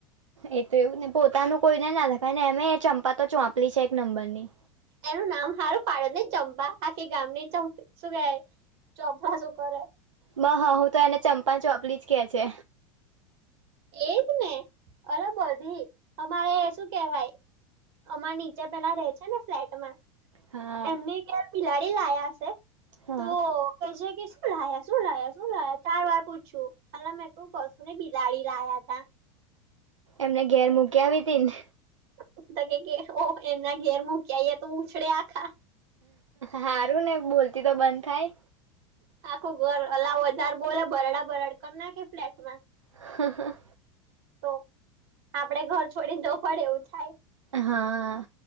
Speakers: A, on the right (about 75°); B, on the right (about 50°).
A: એ તો એવું ને પોતાનું કોઈ ને નાખાયને એમે ચંપા તો ચોંપલી છે નંબરની
B: એનું નામ સારું પાડેને ચંપા આખી ગામ ની પ <unintelligible> શું કરે
A: માર હાહુ તો એને ચંપા ચોપલી જ કે છે,
B: એજ ને અલા બધી અમારે શું કેવાય? અમાર નીચે પેલા રહે છે ને ફ્લેટમાં
A: હા
B: એમને ઘેર બિલાડી લાયા હશે
A: હા
B: તો કે છેકે શું લાયા શું લાયા શું લાયા ચાર વાર પૂછયું અલા મેં કઉ કશું નઈ લાબિલાડી લાયાતા.
A: એમને ઘેર મૂકયા વીતી ને
B: <inaudible>
A: હારું ને બોલતી તો બંધ થાય
B: આખું ઘર અલા વધાર બોલે બરાડા બરાડ કર નાખે ફ્લેટ માં
A: હ હ
B: તો આપડે ઘર છોડી જવું પડે એવું થાય.
A: હા